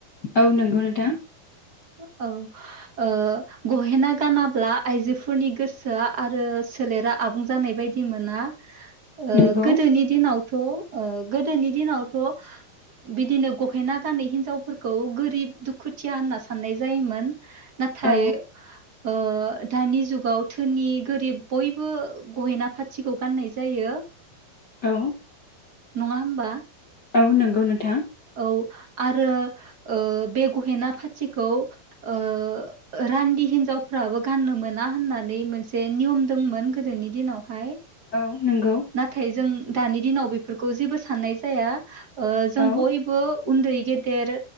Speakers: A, on the left; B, on the right.
A: औ नंगौ नोंथां।
B: औ ओ गहेना गानाब्ला आइजो फोरनि गोसोआ आरो सोलेरा आबुं जानाय बायदि मोना। ओ
A: नंगौ
B: गोदोनि दिनाव थ' ओ गोदोनि दिनावथ' बिदिनो गहेना गानै हिनजावफोरखौ गोरिब दुखुथिया होनना साननाय जायोमोन। नाथाय
A: औ
B: ओ दानि जुग गाव धोनि गोरिब बयबो गहेना फाथिखौ गाननाय जायो।
A: औ
B: नङा होमबा।
A: औ नंगौ नोंथां।
B: औ आरो ओ बे गहेना फाथिखौ ओ रान्दि हिन्जावफ्राबो गाननो मोना होनना नै मोनसे नियम दंमोन गोदोनि दिनावहाय।
A: औ नोंगौ
B: नाथाय जों दानि दिनाव बेफोरखौ जेबो साननाय जाया ओ जों
A: औ
B: बयबो उन्दै गेदेर